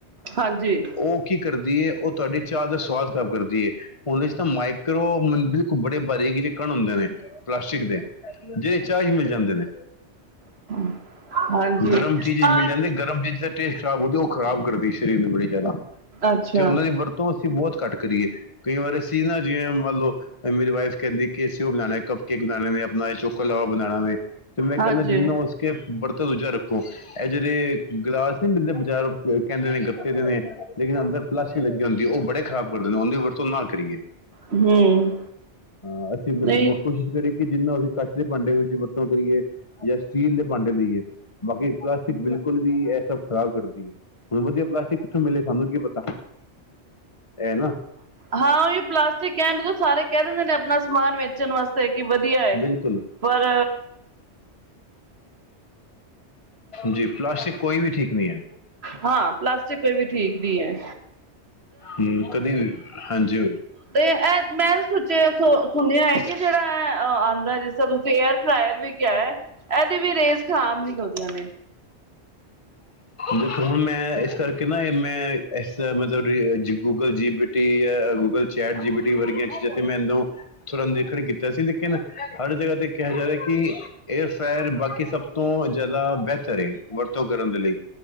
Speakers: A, on the right; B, on the left.
A: ਹਾਂਜੀ।
B: ਉਹ ਕੀ ਕਰਦੀ ਏ, ਉਹ ਤੁਹਾਡੀ ਚਾਹ ਦਾ ਸਵਾਦ ਖਰਾਬ ਕਰਦੀ ਏ। ਓਦੇ ਚ ਤਾਂ ਮਾਈਕਰੋ ਬਿਲਕੁਲ ਬੜੇ ਬਾਰੀਕ ਜੇ ਕਣ ਹੁੰਦੇ ਨੇ ਪਲਾਸਟਿਕ ਦੇ। ਜੇ ਚਾਏ ਵੀ ਮਿਲ ਜਾਂਦੇ ਨੇ
A: <inaudible> ਹਾਂਜੀ
B: ਗਰਮ ਚੀਜ਼ ਵੀ
A: ਹਾਂ
B: ਮਿਲ ਜਾਂਦੀ ਗਰਮ ਚੀਜ਼ ਤੇ ਤੇ ਸ਼ਬਦੋ ਖਰਾਬ ਕਰਦੀ ਸ਼੍ਰੀ ਬ੍ਰਿਜ ਆਲਾ,
A: ਅੱਛਾ
B: ਚ ਉਨ੍ਹਾਂ ਦੀ ਵਰਤ ਤੋਂ ਅਸੀਂ ਬੋਤ ਘੱਟ ਕਰੀਏ, ਕਈ ਵਾਰ ਅਸੀਂ ਨਾ ਜਿਵੇਂ ਮੰਨ ਲਓ ਏ ਮੇਰੀ ਵਾਈਫ ਕਹਿੰਦੀ ਕਿਸੀ ਉਹ ਲੈਣਾ ਕਪਕੇਕ ਲੈਣਾ ਵੈਂ ਆਪਣਾ ਇਹ ਚੋਕੋ ਲਾਵਾ ਬਣਾਉਣਾ ਵੈਂ ਤੇ ਮੈਂ
A: ਹਾਂਜੀ
B: ਕਹਿਣਾ ਜਿੰਨਾ ਹੋ ਸਕੇ, ਬਰਤਨ ਦੂਝਾ ਰੱਖੋ ਇਹ ਜਿਹੜੇ ਗਲਾਸ ਨਹੀਂ ਮਿਲਦੇ ਬਜ਼ਾਰ ਕਹਿੰਦੇ ਨੇ ਗੱਤੇ ਦੇ ਨੇ ਲੇਕਿਨ ਅੰਦਰ ਪਲਾਸ਼ਟਿਕ ਲੱਗੀ ਹੁੰਦੀ ਓ ਬੜੇ ਖਰਾਬ ਕਰਦੇ ਨੇ ਓਦੀ ਵਰਤੋਂ ਨਾ ਕਰੀਏ
A: ਹੂੰ
B: ਆਂ, ਅਸੀਂ ਬਸ
A: ਨਹੀਂ
B: ਬੁੱਕ ਕੋਸ਼ਿਸ਼ ਕਰੀਏ ਕਿ ਜਿੰਨਾ ਅਸੀਂ ਕੱਚ ਦੇ ਭਾਂਡੇ ਵਿੱਚ ਵਰਤੋਂ ਕਰੀਏ ਜਾਂ ਸਟੀਲ ਦੇ ਭਾਂਡੇ ਲਈਏ। ਬਾਕੀ ਪਲਾਸਟਿਕ ਬਿਲਕੁਲ ਵੀ ਇਹ ਸਭ ਖ਼ਰਾਬ ਕਰਦੀ ਏ। ਹੁਣ ਵਦੀਆ ਪਲਾਸਟਿਕ ਕਿੱਥੋਂ ਮਿਲੇ ਸਾਨੂੰ ਕੀ ਪਤਾ, ਏ ਨਾ
A: ਹਾਂ ਓਈ ਪਲਾਸਟਿਕ ਕੈਨ ਮਤਲਬ ਸਾਰੇ ਕਹਿ ਦਿੰਦੇ ਨੇ ਆਪਣਾ ਸਮਾਨ ਵੇਚਣ ਵਾਸਤੇ ਫਿਰ ਕਿ ਵਦੀਆ ਏ
B: ਬਿਲਕੁਲ
A: ਪਰ
B: ਜੀ ਪਲਾਸਟਿਕ ਕੋਈ ਵੀ ਠੀਕ ਨਈ ਏ।
A: ਹਾਂ ਪਲਾਸਟਿਕ ਕੋਈ ਵੀ ਠੀਕ ਨਈ ਏ।
B: ਹੁਮ ਕਦੇ ਵੀ ਹਾਂਜੀ
A: ਤੇ ਇਹ ਮੈਂ ਵੀ ਸੋਚਿਆ ਸੁਣਿਆ ਏ ਕਿ ਜਿਹੜਾ ਇਹ ਆਦਾਂ ਜਿਸ ਤਰ੍ਹਾਂ ਤੁਸੀਂ ਐਰਫਰਾਵੀਕ ਕਿਏ ਇਹਦੀ ਵੀ ਰੇਸ ਖਾਮ ਨੀ ਕਰਦੀਆਂ ਨੇ?
B: ਜਦ ਤੂੰ ਮੈਂ ਇਸ ਕਰਕੇ ਨਾ ਮੈਂ, ਇਸ ਮਤਲਬ ਬੀ ਗੂਗਲ ਜੀ ਪੀ ਟੀ ਏ Google chat G P T ਵਰਗੀਆਂ ਚੀਜਾਂ ਮੈਂ ਏਨੂੰ ਤੁਰੰਤ ਦੇਖਣ ਕਿੱਥ ਅਸੀਂ ਦੇਖਿਆ ਨਾ ਹਰ ਜਗ੍ਹਾ ਤੇ ਕਿਹਾ ਜਾ ਰਿਹਾ ਏ ਕਿ ਇਹ ਫਾਇਰ ਬਾਕੀ ਸਭ ਤੋਂ ਜ਼ਿਆਦਾ ਬਿਹਤਰ ਏ, ਵਰਤੋਂ ਕਰਨ ਦੇ ਲਈ,